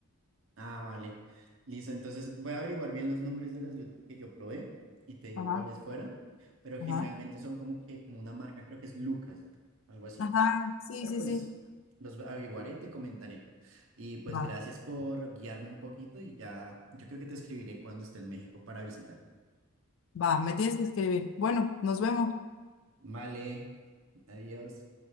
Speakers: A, on the right (about 60°); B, on the left (about 60°).
A: Ah, vale. Listo, entonces voy a averiguar bien los nombres de los dulces que yo probé y te digo
B: Ajá,
A: cuáles fueron, pero generalmente
B: ajá.
A: son como que, como una marca, creo que es Lucas, algo así.
B: Ajá, sí,
A: Pero
B: sí,
A: pues
B: sí.
A: los averiguaré y te comentaré. Y pues
B: Va,
A: gracias por guiarme un poquito y ya, yo creo que te escribiré cuando esté en México para visitarte.
B: va, me tienes que escribir. Bueno, nos vemos.
A: Vale, adiós.